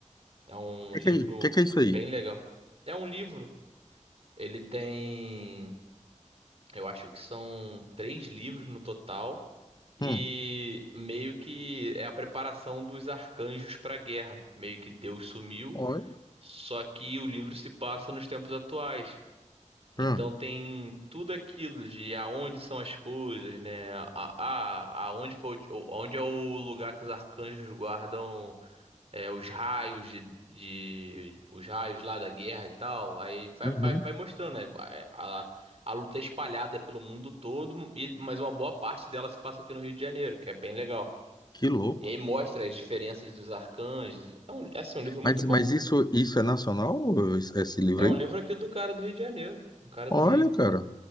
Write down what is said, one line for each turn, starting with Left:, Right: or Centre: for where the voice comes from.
Right: é um
Left: O que
Right: livro
Left: que é, o que que é isso aí?
Right: bem legal. É um livro. Ele tem, eu acho que são três livros no total. E
Left: Hum.
Right: meio que é a preparação dos arcanjos para a guerra. Meio que Deus sumiu,
Left: Olha.
Right: só que o livro se passa nos tempos atuais. Então
Left: Hum.
Right: tem tudo aquilo de aonde são as coisas, né? A, a, aonde foi, o- onde é o lugar que os arcanjos guardam é, os raios de, de- os raios lá da guerra e tal. Aí vai,
Left: Uhum.
Right: vai, vai mostrando, né? Vai- A, a luta é espalhada pelo mundo todo, e, mas uma boa parte dela se passa aqui no Rio de Janeiro, que é bem legal.
Left: Que louco.
Right: E aí mostra as diferenças dos arcanjos. É um, é, assim, um livro muito
Left: Mas,
Right: bom.
Left: mas isso, isso é nacional, esse esse livro
Right: É
Left: aí?
Right: um livro aqui do cara do Rio de Janeiro, um cara
Left: Olha,
Right: do Rio.
Left: cara.